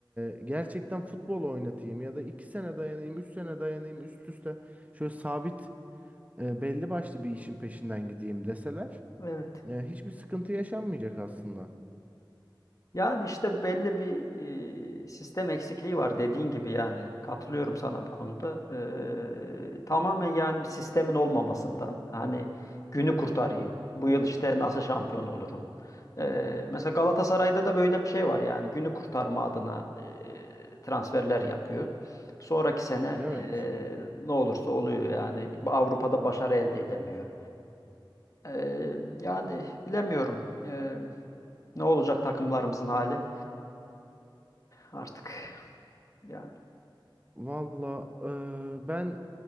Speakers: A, on the right; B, on the left.
A: eee, gerçekten futbol oynatayım ya da iki sene dayanayım, üç sene dayanayım üst üste şöyle sabit eee, belli başlı bir işin peşinden gideyim deseler
B: Evet.
A: eee, hiçbir sıkıntı yaşanmayacak aslında.
B: Yani işte belli bir e, sistem eksikliği var dediğin gibi yani katılıyorum sana bu konuda. Eee, tamamen yani sistemin olmamasından hani günü kurtarayım. Bu yıl işte nasıl şampiyon olurum. Eee, mesela Galatasaray'da da böyle bir şey var yani günü kurtarma adına eee, transferler yapıyor. Sonraki sene
A: Evet.
B: eee, ne olursa oluyor yani Avrupa'da başarı elde edemiyor. Eee, yani bilemiyorum Eee, ne olacak takımlarımızın hali. Artık yani
A: Valla eee, ben